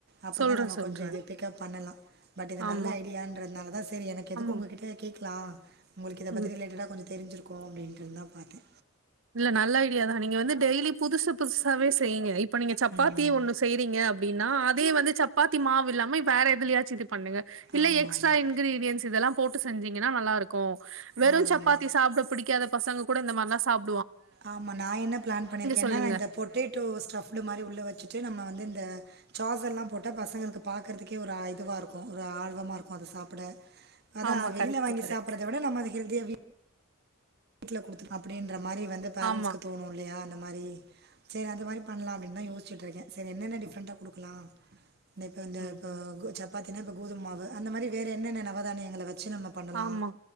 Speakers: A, on the right; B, on the right.
A: அப்பதா
B: சொல்றே
A: நம்ம
B: சொல்றே.
A: கொஞ்சோ இது கப் பண்ணலா பட் இது
B: ஆமா
A: நல்ல ஐடியான்றதுனால தா சரி எனக்கு எதுக்கு
B: ஆமா.
A: உங்ககிட்ட கே லா உங்குளுக்கு இத
B: ம்.
A: பத்தி ரிலேட்டடா கொஞ்ச தெஞ்சிருக் <inaudible> அப்டின்ட் இருந் தா பாத்தே
B: இல்ல நல்ல ஐடியாதா நீங்க வந்து டெய்லி புதுசு புதுசாவே செய்யுங்க இப் இப்ப நீங்க சப்பாத்தி
A: ம்.
B: ஒண்ணு செய்றீங்க அப்புடின்னா அதே வந்து சப்பாத்தி மாவு இல்லாமயு வேற எதுலியாச்சு இதுப் பண்ணுங்க இல்ல
A: ஆமாமா.
B: எக்ஸ்ட்ரா இன்கிரீடியன்ஸ் இதெல்லாம் போட்டு செஞ்சீங்கன்னா நல்லா இருக்கும் வெறும்
A: ஆ.
B: சப்பாத்தி சாப்ட புடிக்காதப் பசங்க கூட மாரிலா சாப்
A: ஆமா நா என்ன ப்ளான் பண்ணியிருக்கேன்னா
B: சொல்லுங்க
A: இந்த பொட்டேட்டோ ஸ்டஃப்டு மாரி உள்ள வச்சுட்டு நம்ம வந்து இந்த சாஸல்லா போட்டா பசங்களுக்கு பாக்குறதுக்கே ஒரு ஆ இதுவா இருக்கு ஒரு ஆர்வமா இரு க் அத சாப்புட அதா
B: ஆமா
A: வெளில
B: கரெக்ட்
A: வாங்கி
B: கரெக்ட்
A: சாப்புர்றத விட நம்ம அத ஹெல்த்தியா வீ வீட்ல குடுத் அப்டேன் ற மாரி வந்து பேரென்ஸ்க்கு
B: ஆமா
A: தோணு இல்லையா அந் த மாரி சேரி அந்த மாரி பண்லா அப்டின்தா யோஷ்ட்டு இருக்க செரி என்னென்ன டிஃப்ரெண்ட்டா குடுக்கலா நேத்து அந்த
B: ம்.
A: ப க சப் பாத்தினா இப்ப கோதும்மாவு அந்த மாரி வேற என்னென்ன நவதானியங்கள வச் ச்சி நம்ம பண்ணலா
B: ஆமா